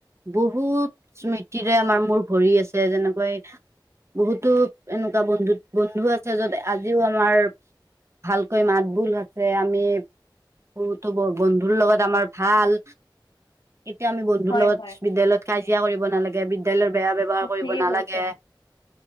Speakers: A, on the right; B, on the left.
A: বহুত স্মৃতিৰে আমাৰ মোৰ ভৰি আছে যেনেকৈ বহুতো এনেকুৱা বন্ধু বন্ধু আছে যত আজিও আমাৰ ভালকৈ মাত বোল আছে আমি বহুতো ব বন্ধুৰ লগত আমাৰ ভাল। এতিয়া আমি বন্ধুু
B: হয়
A: লগত
B: হয়
A: বিদ্যালয়ত খাই কৰিব নালাগে বিদ্যালয়ৰ। বেয়া ব্যৱহাৰ কৰিব
B: ঠিকে
A: নালাগে।
B: কৈছা